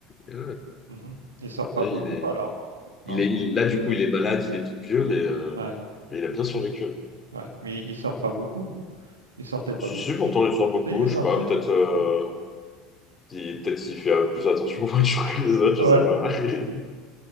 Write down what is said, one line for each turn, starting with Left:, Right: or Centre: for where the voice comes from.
Left: il est-
Right: Mmh mh. Il sort pas
Left: là,
Right: beaucoup
Left: il est,
Right: alors? Non?
Left: il est, il- là, du coup, il est malade, il est tout vieux, mais, euh,
Right: Ouais,
Left: mais il a bien survécu.
Right: ouais, mais il sort pas beaucoup. Il sortait pas
Left: Si,
Right: beaucoup.
Left: si, pourtant, il sort beaucoup.
Right: Si, il
Left: Je
Right: sortait?
Left: sais pas, peut-être euh,
Right: Ouais.
Left: il, peut-être qu'il fait euh, plus attention aux voitures que les autres,
Right: Ouais,
Left: je sais pas.
Right: ouais.
Left: <laughs>